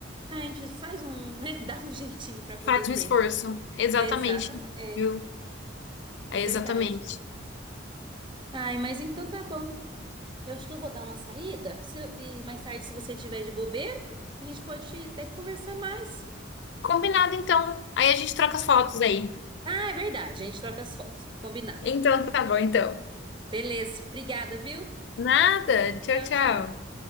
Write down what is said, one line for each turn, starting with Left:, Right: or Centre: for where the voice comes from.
Right: ah, a gente faz um, né, <laughs> dá um jeitinho pra poder
Left: Faz
Right: ter.
Left: um esforço. Exatamente,
Right: Exatamente, é,
Left: viu? É
Right: é verdade.
Left: exatamente.
Right: Ai, mas então tá bom. Eu acho que eu vou dar uma saída. Se- e mais tarde, se você tiver de bobeira, a gente pode até conversar mais.
Left: Combinado, então. Aí a gente troca as fotos aí.
Right: Ah, é verdade. A gente troca as fotos. Combinado.
Left: Então tá bom, então.
Right: Beleza. Obrigada, viu?
Left: Nada. Tchau,
Right: Tchau,
Left: tchau.
Right: tchau.